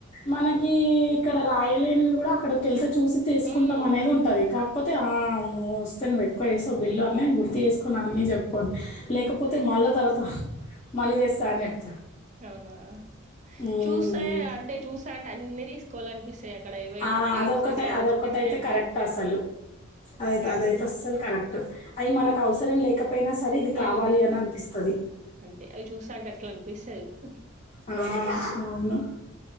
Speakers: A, on the left (about 30°); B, on the right (about 35°).
A: మనకి ఇక్కడ రాయలేనివి కూడా అక్కడకి వెళ్తే చూసి తీసుకుంటాం
B: హ్మ్.
A: అనేది ఉంటది కా కాకపోతే ఆ మస్తని ఎక్కువ వేస బిల్లు అన్న గుర్తు చేేసుకొని అన్నీ చెప్పుకోండి లేక <unintelligible> పోతే మా మళ్ళ తర్వాత మళ్ళీ చేస్తా అని చె
B: అవునా
A: ఉమ్,
B: చూస్తే అంటే చూసా అంటే అన్ని తీసుకోవాలి అనిపిస్తాయి అక్కడ ఏవైనా
A: ఆ,
B: ప్లేట్స్
A: అదొకటే
B: బౌల్స్
A: అదొకటైతే
B: డిఫరెం
A: కరెక్ట్ అసలు అది ఆయితే
B: అంటే
A: అది అయితే
B: తీసుకోవాలనిపిస్తుంది
A: అసల్లు కరెక్ట్ అయ్యి మనకు అవసరం లేకపో పోయిన సరే ఇది
B: ఉమ్,
A: కావాలని అని అనిపిస్తధి
B: అంతే అవి చూస్తా అంటే <inaudible>
A: ఆ అవును